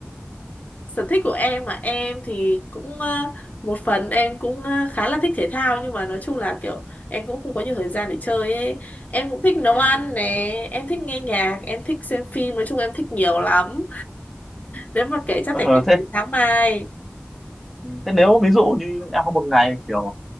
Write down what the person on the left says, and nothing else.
Sở thích của em mà em thì cũng ờ, một phần em cũng ờ, khá là thích thể thao nhưng mà nói chung là kiểu em cũng không có nhiều thời gian để chơi ấy. Em cũng thích nấu
ăn nè, em thích nghe nhạc, em thích xem phim, nói chung em thích nhiều lắm. Nếu mà kể chắc
phải kể
đến sáng mai